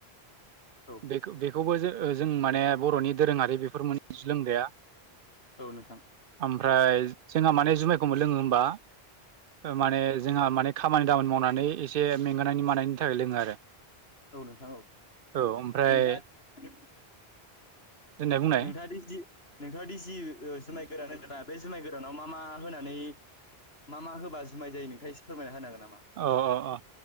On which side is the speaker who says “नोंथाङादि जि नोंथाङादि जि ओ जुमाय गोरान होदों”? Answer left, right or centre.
Left